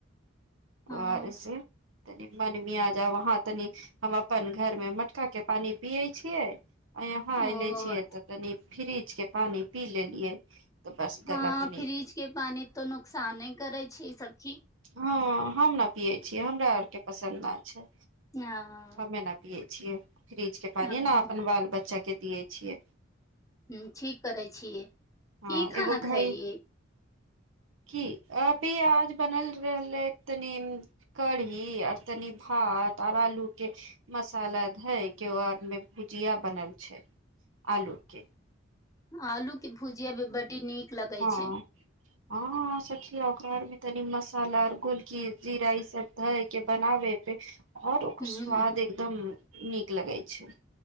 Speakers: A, on the left (about 15°); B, on the right (about 85°).
A: हँ
B: आओर से तनि मन मिया जा वहाँ तनि हम अपन घरमे मटका के पानि पियै छियै अ हँ
A: ओ
B: इलची एत तऽनी फ्रिज के पानि पी लेलियै तऽ बस गला
A: हँ
B: तनी
A: फ्रिज के पानी तो नुकसाने करे छै ई सब की
B: हँ हम ने पियए छीयै हमरा आर के पसन्द नहि छै
A: हँ
B: हमे न पियए छियै फ्रिज के पानि
A: ओ
B: न अपन बाल बच्चा के दियै छियै
A: ह ठीक करै छियै
B: हँ
A: की खाना
B: एगो
A: खयलियै
B: घै की अभी आज बनल रहलै तनी कढ़ी आऔर तनी भात आऔर आलू के मसाला धय केर मे भुजिया बनल छै आलोकके
A: आलूके भुजिया भी बड्ड नीक लगैत
B: हँ
A: छै
B: हँ सखिया ओकरा आरमे तनी मसाला गोलकी जीरा ई सब धए के बनाबे पे आओर ओकर
A: हूँ
B: स्वाद एकदम नीक लगै छै